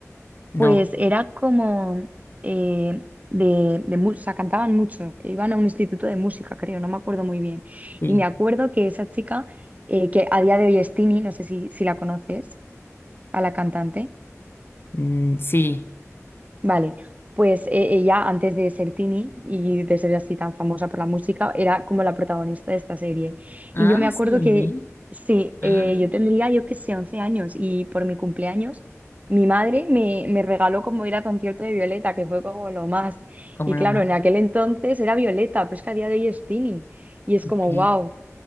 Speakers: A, on the left (about 45°); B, on the right (about 30°).
A: No,
B: Pues era como eh, de, de mu- o sea, cantaban mucho, iban a un instituto de música, creo, no me acuerdo muy bien.
A: sí.
B: Y me acuerdo que esa chica, eh, que a día de hoy es Tini, no sé si, si la conoces, a la cantante.
A: Mm, sí.
B: Vale, pues eh, ella antes de ser Tini y de ser así tan famosa por la música, era como la protagonista de esta serie.
A: Ah,
B: Y yo me acuerdo
A: sí.
B: que, sí,
A: Ah,
B: eh, yo tendría, yo que sé, 11 años y por mi cumpleaños, mi madre me, me regaló como ir a concierto de Violeta, que fue como lo más.
A: como
B: Y
A: lo
B: claro,
A: más.
B: en aquel entonces era Violeta, pero es que a día de hoy es Tini. Y es
A: ok.
B: como, wow,